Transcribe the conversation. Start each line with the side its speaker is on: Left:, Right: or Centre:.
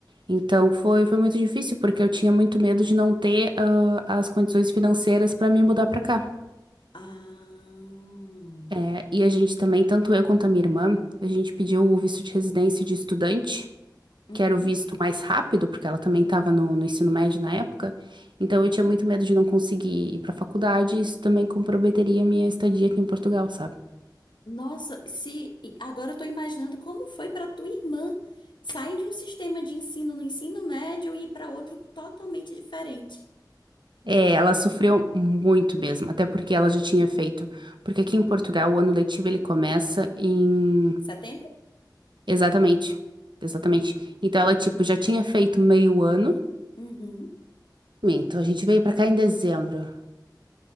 Right: Então, foi, foi muito difícil, porque eu tinha muito medo de não ter ah, as condições financeiras para me mudar para cá.
Left: Ah.
Right: É, e a gente também, tanto eu quanto a minha irmã, a gente pediu o visto de residência de estudante.
Left: Uhum.
Right: que era o visto mais rápido, porque ela também estava no, no ensino médio na época. Então eu tinha muito medo de não conseguir ir para a faculdade, e isso também comprometeria a minha estadia aqui em Portugal, sabe?
Left: Nossa, se e agora eu tô imaginando como foi para tua irmã sair de um sistema de ensino no ensino médio e ir para outro totalmente diferente.
Right: É, ela sofreu muito mesmo, até porque ela já tinha feito. Porque aqui em Portugal o ano letivo ele começa em.
Left: Setembro?
Right: Exatamente. Exatamente.
Left: Hum.
Right: Então ela, tipo, já tinha feito meio ano.
Left: Uhum,
Right: Minto, a gente veio pra cá em dezembro.